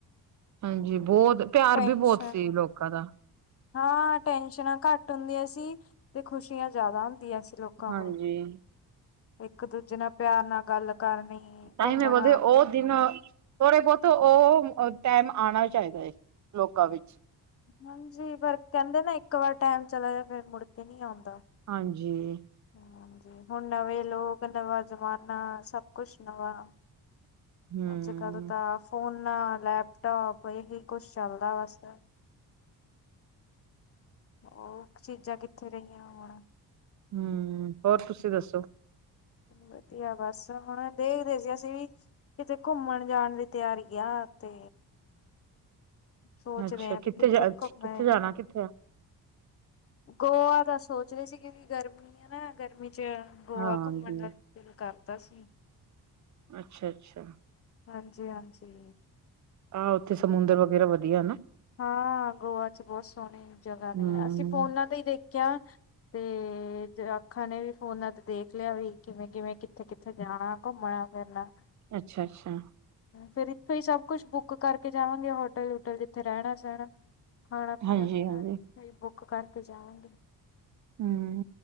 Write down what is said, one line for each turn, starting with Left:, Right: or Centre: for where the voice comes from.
Right: ਹਾਂਜੀ। ਬਹੁਤ ਪਿਆਰ
Left: ਟੈਸ਼ਨ
Right: ਵੀ ਬਹੁਤ ਸੀ ਲੋਕਾਂ ਦਾ
Left: ਹਾਂ ਟੈਂਸ਼ਨਾਂ ਘੱਟ ੱਟ ਹੁੰਦੀਆਂ ਸੀ, ਤੇ ਖੁਸ਼ੀਆਂ ਜ਼ਿਆਦਾ ਹੁੰਦੀਆਂ ਸੀ ਲੋਕਾਂ
Right: ਹਾਂਜੀ
Left: ਕੋਲ। ਇੱਕ ਦੂਜੇ ਨਾਲ ਪਿਆਰ ਨਾਲ ਗੱਲ ਕਰਨੀ
Right: ਟਾਈਮ
Left: ਘੁੰਮਣਾ
Right: ਹੈ ਬੋਦੇ ਉਹ
Left: ਫਿਰਨਾ
Right: ਦਿਨ ਤੋਰੇ ਬਹੁਤ ਉਹ ਟੈਮ ਆਉਣਾ ਚਾਹੀਦਾ ਹੈ। ਲੋਕਾਂ ਵਿੱਚ
Left: ਹਾਂਜੀ, ਪਰ ਕਹਿੰਦੇ ਨਾ ਇੱਕ ਵਾਰ ਟੈਮ ਚਲਾ ਜਾਂਦਾ ਫਿਰ ਮੁੜ ਕੇ ਨਹੀਂੀ ਆਉਂਦਾ।
Right: ਹਾਂਜੀ।
Left: ਹਾਂਜੀ, ਹੁਣ ਨਵੇਂ ਲੋਕ, ਨਵਾਂ ਜ਼ਮਾਨਾ ਸਭ ਕੁਛ ਨਵਾਂ
Right: ਹਮ
Left: ਅੱਜ ਕੱਲ ਤਾਂ ਫੋਨ, ਲੈਪਟੋਪ, ਇਹੀ ਕੁਛ ਚੱਲਦਾ ਵਾਸ। ਉਹ ਚੀਜ਼ਾਂ ਕਿੱਥੇ ਰਹੀਆਂ ਹੁਣ।
Right: ਹਮ-ਹੋਰ ਤੁਸੀਂ ਦੱਸੋ?
Left: ਵਧੀਆ ਬਸ ਹੁਣ ਦੇਖਦੇ ਸੀ। ਅਸੀਂ ਵੀ ਕਿਤੇ ਘੁੰਮਣ ਜਾਣ ਦੀ ਤਿਆਰੀ ਆ। ਤੇ ਸੋਚਦੇ
Right: ਅੱਛਾ
Left: ਹ ਵੀ ਕਿੱਥੇ
Right: ਜਾ
Left: ਘੁੰਮ
Right: ਕਿੱਥੇ
Left: ਹੈ?
Right: ਜਾਣਾ ਕਿੱਥੇ ਆ
Left: ਗੋਆ ਤਾਂ ਸੋਚਦੇ ਸੀ। ਕਿਉਂਕਿ ਗਰਮੀ ਹੈ ਨਾ ਗਰ ਗੋਆ
Right: ਹਾਂਜੀ
Left: ਘੁੰਮਣ ਦਾ ਦਿਲ ਕਰਦਾ ਸੀ।
Right: ਅੱਛਾ ਅੱਛਾ
Left: ਹਾਂਜੀ ਹਾਂਜੀ
Right: ਹਹ ਉੱਥੇ ਸਮੁੰਦਰ ਵਗੈਰਾ ਵਧੀਆ ਨਾ
Left: ਹਾਂ ਗੋਆ ਚ ਬਹੁਤ ਸੋਹਣੀ ਜਗ੍ਹਾ ਨੇ
Right: ਹਮ
Left: ਅਸੀਂ ਫੋਨਾਂ ਤੇ ਹੀ ਦੇਖਿਆ ਤੇ ਜ ਅੱਖਾਂ ਨੇ ਵੀ ਫੋਨਾਂ ਤੇ ਦੇਖ ਲਿਆ ਵੀ ਕਿਵੇਂ ਕਿਵੇਂ ਕਿੱਥੇ ਕਿੱਥੇ ਜਾਣਾ ਘੁੰਮਣਾ ਫਿਰਨਾ
Right: ਅੱਛਾ ਅੱਛਾ
Left: ਫਿਰ ਇੱਥੇ ਹੀ ਸਭ ਕੁੱਛ ਬੁੱਕ ਕਰਕੇ ਜਾਵਾਂਗੇ ਹੋਟਲ ਹੋਟਲ ਜਿੱਥੇ ਰਹਿਣਾ ਸਹਿਣਾ ਖਾਣਾ ਪੀਣਾ
Right: ਹਾਂਜੀ
Left: ਸਾਰਾ
Right: ਹਾਂਜੀ
Left: ਇਥ ਹੀ ਬੁੱਕ ਕਰਕੇ ਜਾਵਾਂਗੇ
Right: ਹਮ